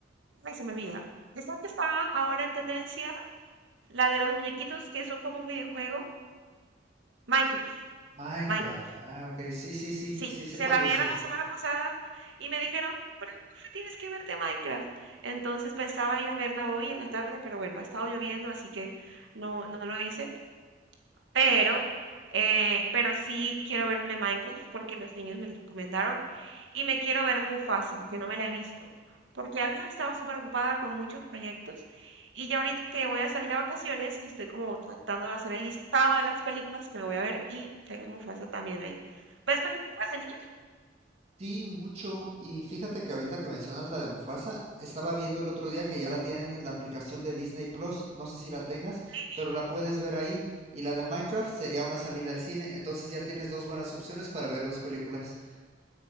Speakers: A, on the right (about 85°); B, on the right (about 35°).
A: ay, se me olvida. Esta que está ahora en tendencia, la de los muñequitos que son como un videojuego, Minecraft.
B: Minecraft.
A: Minecraft.
B: Ah, ok. Sí, sí, sí,
A: Sí,
B: sí sé
A: se
B: cuál
A: la
B: dices.
A: vieron la semana pasada y me dijeron, pero Mafe, tienes que verte Minecraft. Entonces pensaba ir a verla hoy en la tarde, pero bueno, ha estado lloviendo, así que no, no lo hice. Pero, eh, pero sí quiero verme Minecraft porque los niños me lo recomendaron y me quiero ver Mufasa, que no me la he visto, porque antes estaba súper ocupada con muchos proyectos y ya ahorita que voy a salir a vacaciones, estoy como tratando de hacer el listado de las películas que me voy a ver y tengo Mufasa también ahí. ¿Ves películas de niños?
B: Sí, mucho. Y fíjate que ahorita que mencionas la de Mufasa, estaba viendo el otro día que ya la tienen en la aplicación de Disney Plus, no sé si la tengas,
A: Sí.
B: pero la puedes ver ahí. Y la de Minecraft sería una salida al cine, entonces ya tienes dos buenas opciones para ver dos películas.